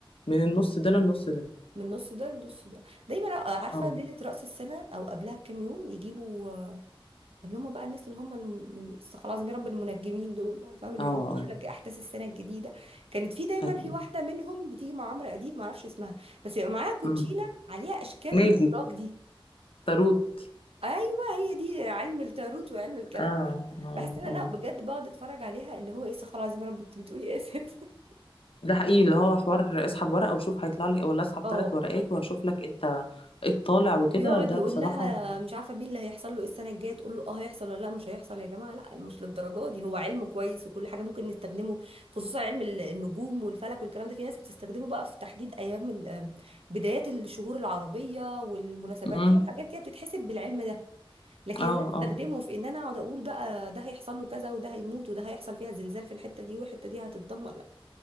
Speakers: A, on the left; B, on the right.
A: من النص ده للنص ده
B: من نص ده لنص ده دايما أ- عارفه
A: اه
B: ليله راس السنه او قبلها بكام يوم يجيبوا آه، اللي هم بقى الناس اللي هم الم- استغفر الله العظيم يا رب المنجمين دول فاهم اللي
A: اه اه
B: بيجيبوا يقول لك احداث السنه الجديده كانت في دايما
A: ايوه
B: في واحده منهم بتيجي مع عمرو اديب ما اعرفش اسمها بس بيبقى معاها كوتشينه
A: أمم.
B: عليها اشكال
A: ماجي
B: الابراج دي
A: تاروت
B: ايوه هي دي علم التاروت وعلم الكلام
A: اه
B: ده
A: اه
B: بحس ان انا
A: اه
B: بجد بقعد اتفرج عليها اللي هو ايه استغفر الله العظيم يا رب انت بتقولي ايه يا ست
A: ده حقيقي اللي هو حوار اسحب ورقه وشوف هيطلع لك ولا اسحب
B: <laughs>
A: ثلاث ورقات واشوف لك انت ايه الطالع وكده
B: بيقعد
A: ده
B: يقول
A: بصراحه
B: لها مش عارفه مين اللي هيحصل له ايه السنه الجايه تقول له اه هيحصل ولا لا مش هيحصل يا جماعه لا مش للدرجه دي هو علم كويس وكل حاجه ممكن نستخدمه خصوصا علم ال- النجوم والفلك والكلام ده في ناس بتستخدمه بقى في تحديد ايام ال- بدايات الشهور العربيه والمناسبات
A: امم
B: في حاجات كده بتتحسب بالعلم ده لكن
A: اه
B: انا استخدمه
A: اه
B: في ان انا اقعد اقول بقى ده هيحصل له كذا وده هيموت وده هيحصل فيها زلزال في الحته دي والحته دي هتتدمر لا